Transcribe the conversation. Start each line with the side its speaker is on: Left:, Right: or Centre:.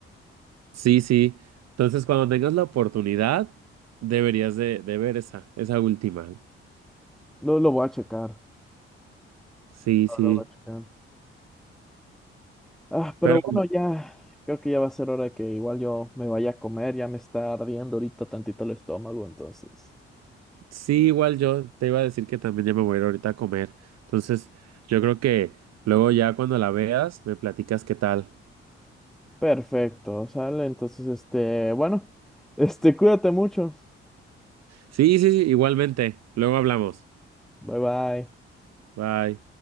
Right: Sí, sí. Entonces, cuando tengas la oportunidad, deberías de, de ver esa, esa última.
Centre: Lo, lo voy a checar.
Right: Sí, sí.
Centre: Lo, lo voy a checar. Ah, pero
Right: Pero
Centre: bueno, ya creo que ya va a ser hora de que igual yo me vaya a comer. Ya me está ardiendo ahorita tantito el estómago, entonces.
Right: Sí, igual yo te iba a decir que también ya me voy a ir ahorita a comer. Entonces, yo creo que luego ya cuando la veas, me platicas qué tal.
Centre: Perfecto, sale. Entonces, este, bueno, este, cuídate mucho.
Right: Sí, sí, sí, igualmente. Luego hablamos.
Centre: Bye bye.
Right: Bye.